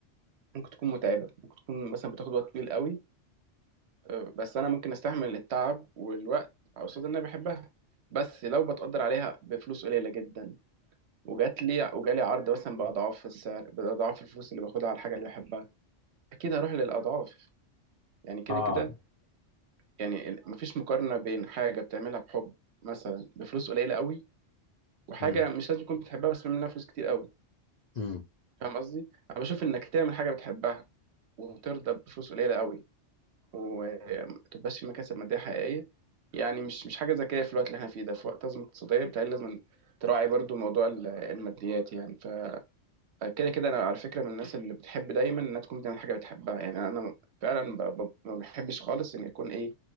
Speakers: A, on the right (about 65°); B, on the left (about 60°).
A: ممكن تكون متعبة ممكن تكون مثلا بتاخد وقت طويل قوي أه بس أنا ممكن أستحمل التعب والوقت قصاد إن أنا بحبها بس لو بتقدر عليها بفلوس قليلة جدا وجات لي وجالي عرض مثلا بأضعاف السعر بأضعاف الفلوس اللي باخدها على الحاجة اللي بحبها أكيد هروح للأضعاف يعني كده
B: اه
A: كده يعني ال- مفيش مقارنة بين حاجة بتعملها بحب مثلا بفلوس قليلة قوي وحاجة
B: امم
A: مش لازم تكون بتحبها بس بتعمل منها فلوس كتير قوي
B: امم
A: فاهم قصدي؟ أنا بشوف إنك تعمل حاجة بتحبها وترضى بفلوس قليلة قوي ومتبقاش في مكاسب مادية حقيقية يعني مش مش حاجة ذكية في الوقت اللي احنا فيه ده في وقت أزمة اقتصادية بتهيألي لازم تراعي برضو موضوع ال- الماديات يعني فكده كده أنا على فكرة من الناس اللي بتحب دايما إنها تكون بتعمل حاجة بتحبها يعني أنا فعلا ب- ب- ما بحبش خالص إن يكون إيه